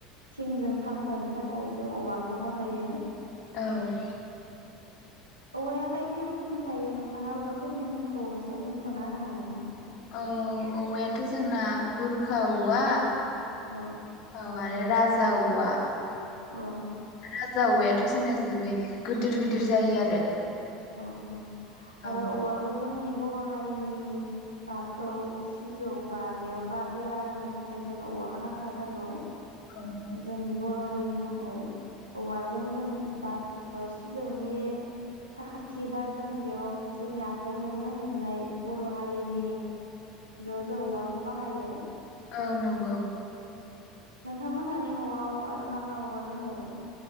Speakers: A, on the right; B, on the left.
A: थिंजों खाफ्रानो थाखाय जों औवाखौ बाहायो
B: औ
A: औवाया बायदि रोखोमनि थायो नोंथाङा औवाफोरनि मुंखौ एसे मुंखना होनो हागोन नामा?
B: औ औवायाथ जोंना बुरखा औवा
A: औ
B: माने राजा औवा
A: औ
B: राजा औवायाथ जोंना जोबोद गोदोर गोदोर जायो आरो
A: औ औ
B: औ
A: आरो औवाखौ जोंनि बर हारिनि बाथौ सिजौ बा बेयाव बा बेरा होनो थाखाय जोंनो औवाखौ नांखाथारगौ
B: औ
A: जोंनि बर हारिनि थाखाय औवाजों जों बाथ सिजौनि साखाथि बा जों बेयाव जोंनि आखाइजोंनो हेबनाय बर‌हारिनि बेयाव जों औवाखौ बाहायो
B: औ नंगौ
A: नोंथांमोनहानि नआव आरो मा मा औवा दंबावो